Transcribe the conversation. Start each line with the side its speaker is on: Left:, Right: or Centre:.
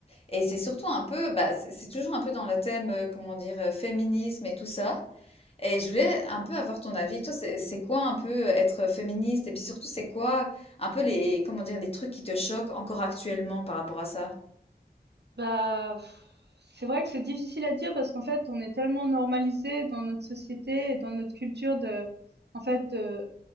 Left: et c'est surtout un peu, bah, c'est c'est toujours un peu dans le thème, heu, comment dire? Heu, féminisme et tout ça et je voulais un peu avoir ton avis. Toi, c'est c'est quoi un peu euh, être féministe? Et puis surtout, c'est quoi un peu les, comment dire, les trucs qui te choquent encore actuellement par rapport à ça?
Right: Bah, pff, c'est vrai que c'est difficile à dire parce qu'en fait, on est tellement normalisé dans notre société et dans notre culture de, en fait, de,